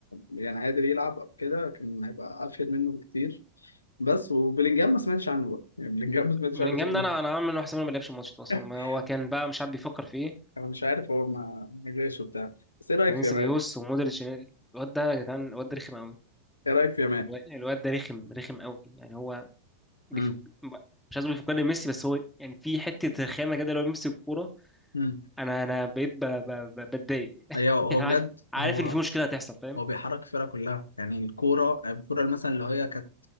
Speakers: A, on the left (about 75°); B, in the centre.
A: يعني قادر يلعب او كده كان هيبقى افيد منه بكتير بس وبلينجهام ما سمعتش عنه بقى يعني بلينجهام ما سمعتش
B: بلينجهام
A: عنه طول عمري.
B: ده انا انا عامل واحد ما لعبش الماتش ده اصلا
A: <laughs>
B: ما هو كان بقى مش عارف بيفكر في ايه
A: انا مش عارف هو ما ما جاش وبتاع بس ايه رايك
B: بعدين
A: في
B: سيبايوس
A: يامال؟
B: ومودريتش الواد ده يا جدعان الواد ده رخم قوي
A: ايه رايك في يامال؟
B: الواد ده رخم رخم قوي يعني هو بيفك
A: امم
B: مش عايز اقول بيفكرني بميسي بس هو يعني في حته رخامه كده لو ميسي الكوره
A: امم
B: انا انا بقيت ب- ب- ب- بتضايق
A: ايوه هو
B: <laughs> عارف
A: بجد
B: عارف
A: هو
B: ان في مشكله هتحصل فاهم
A: هو بيحرك الفرقة كلها يعني الكورة الكورة مثلا اللي هي كانت